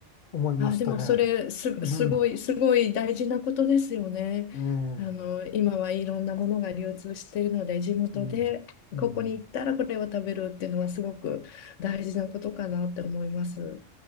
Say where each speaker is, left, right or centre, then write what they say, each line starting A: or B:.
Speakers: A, on the left (about 45°); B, on the left (about 75°).
A: 思いましたね。
B: あ、でもそれす、
A: うん、
B: すごい、
A: え
B: すごい大事なことですよね。
A: え、う
B: あの、今はいろんなものが流通しているので、地元でここに行ったらこれを食べるっていうのはすごく大事なことかなって思います。
A: ん、うん。